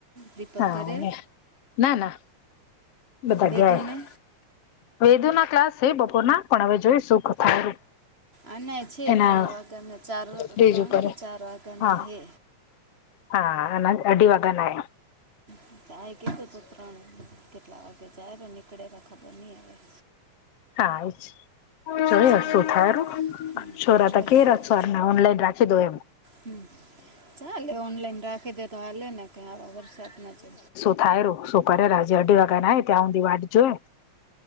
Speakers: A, on the right; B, on the left.
A: દીપક
B: હા
A: ઘરે.
B: ના ના બધા
A: વેદુ
B: ગયા
A: ને.
B: વેદુ ના ક્લાસ છે બપોર ના પણ હવે જોઈ સુખ થું.
A: આના છે
B: એના
A: ત્રણ વાગ્યાના ચાર
B: ફિજ
A: ત્રણ
B: ઉપર,
A: કે ચાર વાગ્યાના
B: હા.
A: હે
B: હા અને અઢ વાગા ના.
A: હ ચાય કીધું તો ત્રણ કેટલા વાગે જાય પણ નીકળેલા ખબર નહી આવે.
B: હા એ, જોય
A: જોઈએ
B: શું થાયું,
A: હમ
B: છોરા ત કેરા. સર ના ઓનલાઈન રાખી દો એમ
A: હમ્મ ચાલે ઓનલાઈન રાખી દે તો હાલેેને કે આવા વરસાદના જે
B: થાય રું શું કરેરા હજી અઢી વાગ્યા નાય ત્યાં ઊધી વાટ જોએ